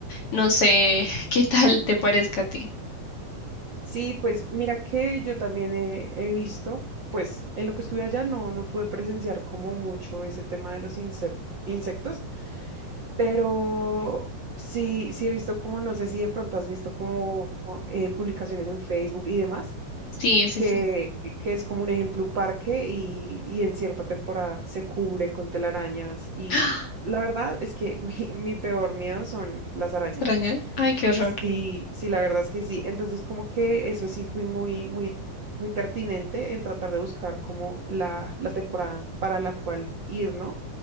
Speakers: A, on the left; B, on the right.
A: No sé <laughs> qué tal te parezca a ti.
B: Sí, pues mira que yo también he, he visto, pues en lo que estuve allá no, no pude presenciar como mucho ese tema de los insec- insectos, pero sí, sí he visto como, no sé si de pronto has visto como eh, publicaciones en Facebook y demás
A: Sí, sí,
B: que,
A: sí.
B: que es como un ejemplo, un parque y, y en cierta temporada se cubre con telarañas y
A: <gasps>
B: la verdad es que <laughs> mi, mi peor miedo son las arañas.
A: ¿Extrañas? Ay, qué horror.
B: Sí, sí, la verdad es que sí. Entonces como que eso sí fui muy, muy, muy pertinente en tratar de buscar como la, la temporada para la cual ir, ¿no?